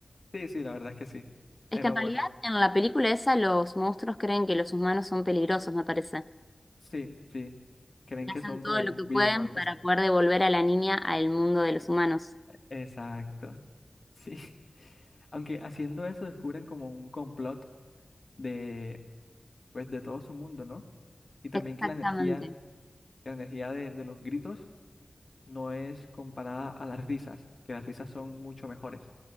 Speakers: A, on the left; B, on the left.
A: Sí, sí, la verdad es que sí.
B: Es
A: Era
B: que en
A: bueno.
B: realidad en la película esa los monstruos creen que los humanos son peligrosos, me parece.
A: Sí, sí. Creen
B: Y
A: que
B: hacen
A: son
B: todo
A: como
B: lo
A: un
B: que
A: virus
B: pueden
A: o algo
B: para
A: así.
B: poder devolver a la niña al mundo de los humanos.
A: Exacto. Sí. <laughs> Aunque haciendo eso descubren como un complot de, pues, de todo su mundo, ¿no? Y también
B: Exactamente,
A: que la energía, que la energía de, de los gritos no es comparada a las risas, que las risas son mucho mejores